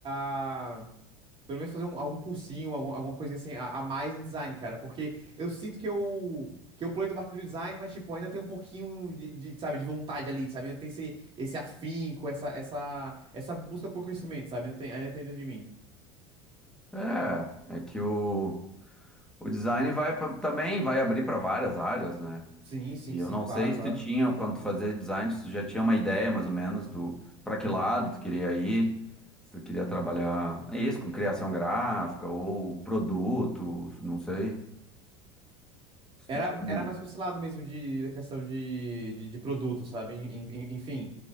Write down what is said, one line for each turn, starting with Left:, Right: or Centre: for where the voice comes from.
Right: a- Pelo menos fazer um- algum cursinho, alguma, alguma coisinha assim, a, a mais em design, cara. Porque eu sinto que eu, que eu pulei do barco do design, mas, tipo, ainda tem um pouquinho de, de, sabe, de vontade ali, sabe? Ainda tem esse, esse afinco, essa, essa, essa busca por conhecimento, sabe? Ainda tem, ainda tem dentro de mim.
Centre: É, é que o o design vai pra- também vai abrir para várias áreas, né?
Right: Sim, sim,
Centre: E eu
Right: sim,
Centre: não
Right: claro,
Centre: sei se
Right: claro.
Centre: tu tinha quando tu fazia design, se tu já tinha uma ideia mais ou menos do para que lado tu queria ir. Se tu queria trabalhar, é isso, com criação gráfica ou produto, não sei. Se
Right: Era,
Centre: tu tinha-
Right: era mais pra esse lado mesmo de, da criação de, de, de produto, sabe? En- en- Enfim.